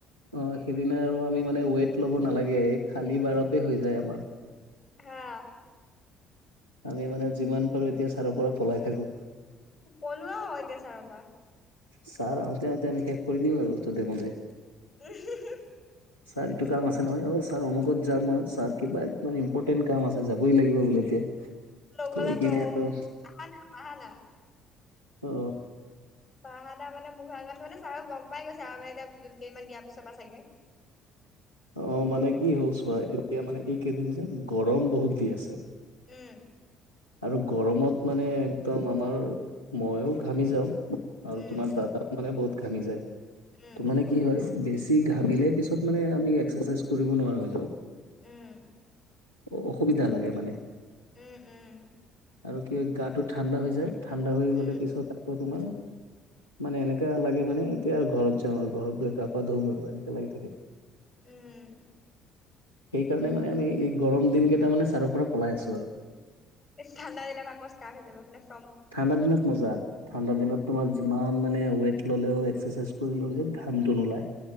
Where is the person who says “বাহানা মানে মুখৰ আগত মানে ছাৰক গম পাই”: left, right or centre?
Left